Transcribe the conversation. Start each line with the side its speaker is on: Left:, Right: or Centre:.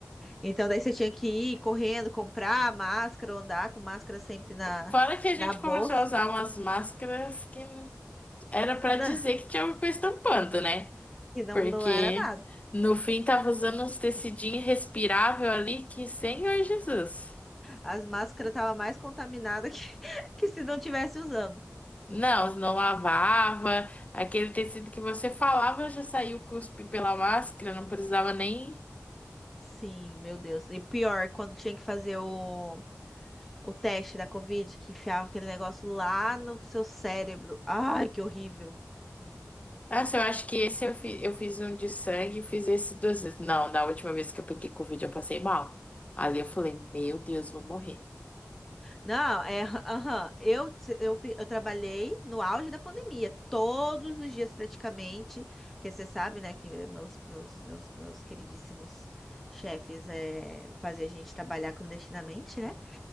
Centre: Então daí você tinha que ir correndo, comprar a máscara, ou andar com máscara sempre na,
Left: Fora que a gente
Centre: na bolsa,
Left: começou a usar umas máscaras que não- era pra
Centre: <laughs>
Left: dizer
Centre: Não,
Left: que tinha alguma coisa tampando, né?
Centre: que não,
Left: Porque
Centre: não era nada.
Left: no fim tava usando uns tecidinhos respirável ali que, Senhor Jesus.
Centre: As máscaras estavam mais contaminadas que, <laughs> que se não tivesse usando.
Left: Não, não lavava. Aquele tecido que você falava já saiu cuspe pela máscara, não precisava nem.
Centre: Sim, meu Deus. E pior, quando tinha que fazer o, o teste da Covid, que enfiava aquele negócio lá no seu cérebro. Ai, que horrível.
Left: Nossa, eu acho que esse eu fiz, eu fiz um de sangue e fiz esse duas vezes. Não, na última vez que eu peguei Covid eu passei mal. Ali eu falei, meu Deus, vou morrer.
Centre: Não, é. Aham. Eu, eu, fi- eu trabalhei no auge da pandemia, todos os dias praticamente. Que você sabe, né, que meus, meus, meus, meus queridíssimos chefes é, faziam a gente trabalhar clandestinamente, né?